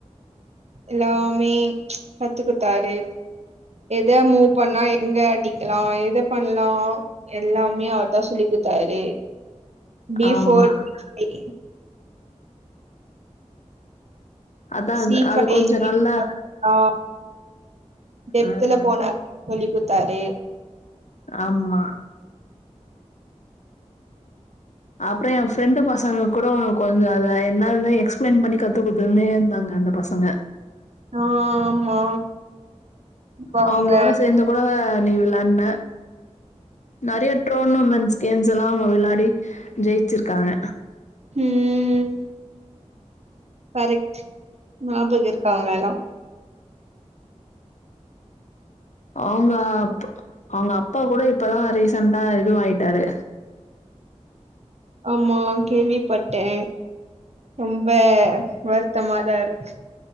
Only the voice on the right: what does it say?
எல்லாமே கத்துகுத்தாரு எத மூவ் பண்ணா எங்க அடிக்லா எத பண்லா எல்லாமே அவர்தா சொல்லி குத்தாரு பி
ஃபோர் <unintelligible>
சி ஃபைவ்
ஆ டெப்துல
போனாரு சொல்லி குத்தாரு
ஆ ஆமா இப்ப அவங்க
ம் ம் ம் கரெக்ட் ஞாபக இருக்கு அவுங்க எல்லா
ஆமா கேள்விப்பட்டே ரொம்ப வருத்தமாதா இருக்கு